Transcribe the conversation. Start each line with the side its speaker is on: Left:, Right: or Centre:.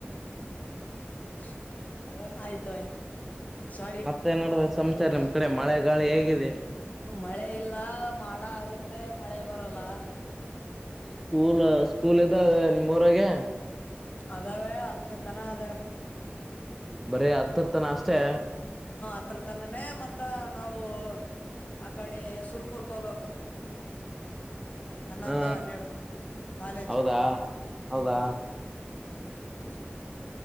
Left: <inaudible> ಆಯ್ತು ಆಯ್ತು ಸಾರಿ
Centre: ಮತ್ತೆ ನೋಡ್ರ
Left: ನೋಡ
Centre: ಸಂಸಾರ ನಿಮ್ ಕಡೆ ಮಳೆ ಗಾಳಿ ಹೇಗಿದೆ
Left: ಮಳೆ ಇಲ್ಲ ಮಾಡ ಆಗುತ್ತೆ ಮಳೆ ಬರಲ್ಲ. <inaudible>
Centre: ಸ್ಕೂಲ್ ಸ್ಕೂಲ್ ಇದ್ದ ನಿಮ್ಮ್ರಗೆ.
Left: ಅದಾವೇ ಹತ್ತನೇ ತನ ಅದಾವ.
Centre: ಬರೀ ಹತ್ತರ್ತನ ಅಷ್ಟೇ
Left: ಹತ್ರರ್ ತಾನನೆ ಮತ್ತ ನಾವು ಆ ಕಡೆ ಸುರ್ಪುರ್ಕ ಹೋಗ್ಬೇಕು ಹನ್ನೊಂದು
Centre: ಹ
Left: ಹನ್ನೆರಡು ಕಾಲೇಜ್
Centre: ಹೌದಾ ಹೌದಾ
Left: ನೀನು <inaudible>